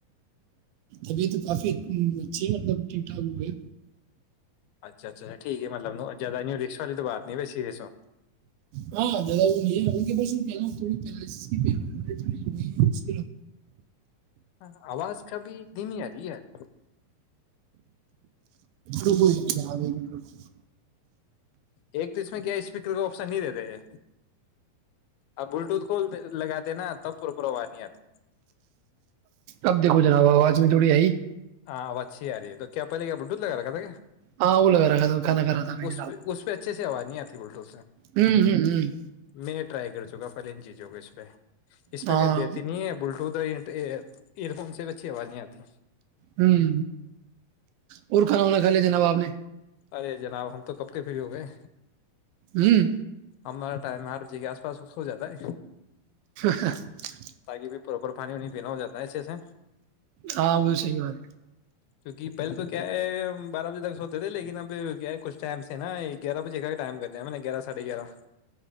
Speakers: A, on the right; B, on the left.
A: ابھی تو کافی ہ بچے مطلب ٹھ اب ہے
B: اچھا اچھاا ٹھیک ہے مطلب زیاہ نہیں رکشا والی تو بات نہیں ب سریس ہو
A: ہاں زیادہ وہ نہیں ہے ان کے پاس کہ ن تھوڑی پئی ہے اس
B: ہ آواز کا بھی دن یدی یار
A: رکو جناب ایک منٹ رکو۔
B: ایک تو اس میں کیا اسپیکر کا آپشن نہیں دیتے ا بلوٹوتھ کو لگاتے نا تب پر پر آواز نہیں آتی
A: اب دیکھو جناب آواز میں تھوڑی آئی
B: ہاں اب اچھیی آ رہی ہے تو کیا پہل کیا ب ڈوھ لگا رہا تھا کیا
A: ہاں اوولو رہا تھا میں
B: اس
A: جناب
B: پہ اس پہ اچھے سے ہوا نہیں آتی بول تو
A: ہوں ہوں ہوں
B: میں رائی کر سگا پلین چیز ہوگا اس پہ اس پہ
A: ہاں
B: کہ دیتی نہیں ہے بلٹو ایئر فون سے بچھی آواز نہیں آتی
A: ہوں اور کھانا وانا کھا لیا جناب آپ نے
B: ارے جناب ہم تو کب کے فری ہو گئے
A: ہوں
B: ہمارا ٹائم آر ج کے آس پس ہو جاتا ہے
A: ہاں
B: تاکہ بھیھر پراپر پانی وانی پینا ہو جاتا ہے اچھے سے
A: ہاں وہ صی والار
B: کیونکہ پہلے تو کیا ہے ہم بارہ بجے تک سوتے تھے لیکن اب کیا ہے کچھ ٹائم سے نا گیارہ بجے کا ٹائم کرتے ہیں میں نے گیارہ ساڑھے گیارہ